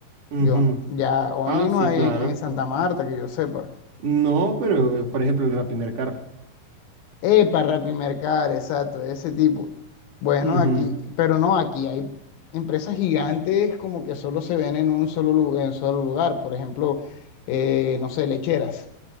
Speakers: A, on the right; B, on the left.
A: Ujú,
B: Yo, ya Only
A: Ah,
B: no
A: sí,
B: hay
A: claro.
B: en, en Santa
A: co-
B: Marta, que yo sepa.
A: No, pero eh, por ejemplo, el Rapimercar.
B: Epa Rappi Mercar, exacto, ese tipo. Bueno,
A: Ujú,
B: aquí, pero no, aquí hay empresas gigantes como que solo se ven en un solo, lu- en solo lugar. Por ejemplo, eh, no sé, lecheras.